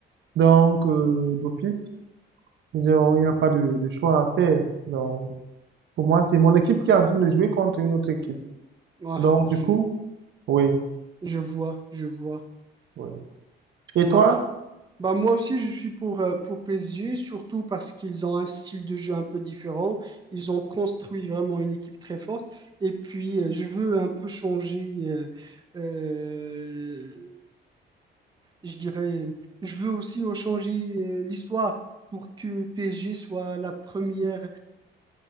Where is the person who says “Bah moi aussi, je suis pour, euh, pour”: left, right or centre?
Right